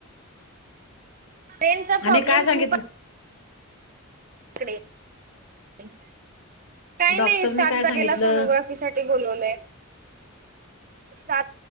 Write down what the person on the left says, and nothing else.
आणि
काय सांगितलं
डॉक्टरनी
काय
सांगितलं